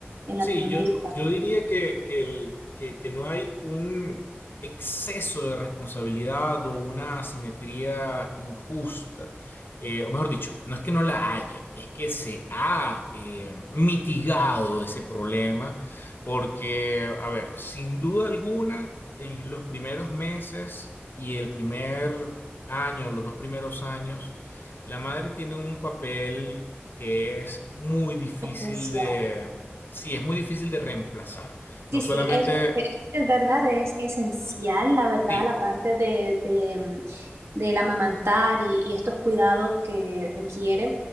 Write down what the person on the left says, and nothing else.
Sí,
yo, yo diría que, que, el- que- que no hay un exceso de responsabilidad o una asimetría injusta. Eh, o mejor dicho, no es que no la haya, es que se ha eh, mitigado ese problema porque, a ver, sin duda alguna, en los primeros meses y el primer año, los dos primeros años, la madre tiene un papel que es muy difícil
sí, es muy difícil de reemplazar. No
solamente,
sí,